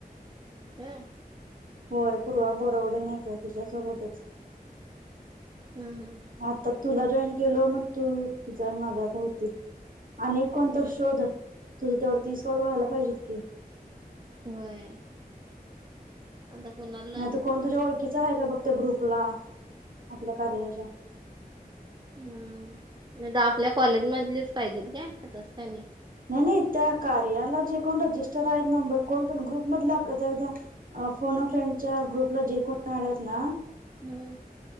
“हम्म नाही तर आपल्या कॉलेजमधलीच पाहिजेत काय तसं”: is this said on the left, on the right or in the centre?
Right